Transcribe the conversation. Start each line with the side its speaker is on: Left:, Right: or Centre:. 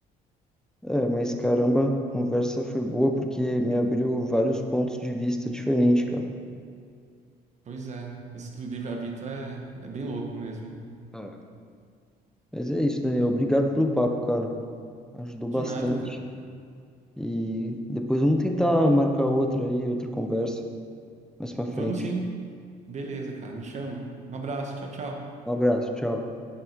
Centre: É, mas caramba, a conversa foi boa porque me abriu vários pontos de vista diferentes, cara.
Right: Pois é, esse do livre-arbítrio é, é bem louco mesmo.
Centre: É. Mas é isso, Daniel. Obrigado pelo papo, cara. Ajudou
Right: De
Centre: bastante.
Right: nada, cara.
Centre: E depois vamos tentar marcar outra aí, outra conversa mais pra frente.
Right: Vamos sim. Beleza, cara. Me chama. Um abraço. Tchau, tchau.
Centre: Um abraço, tchau.